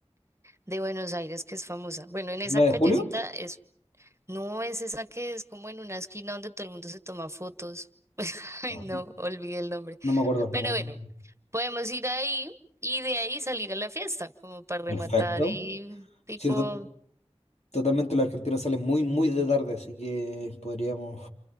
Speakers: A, on the right (about 25°); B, on the left (about 80°).
A: de Buenos Aires, que es famosa. Bueno, en esa
B: ¿9
A: callecita
B: de julio?
A: es No, es esa que es como en una esquina donde todo el mundo se toma fotos. <laughs> Ay,
B: Ah,
A: no, olvidé el nombre.
B: No me acuerdo, no
A: Pero
B: me acuerdo.
A: bueno, podemos ir ahí y de ahí salir a la fiesta, como para rematar
B: Perfecto.
A: y tipo
B: Sí, to- totalmente los argentinos salen muy, muy de tarde, así que podríamos...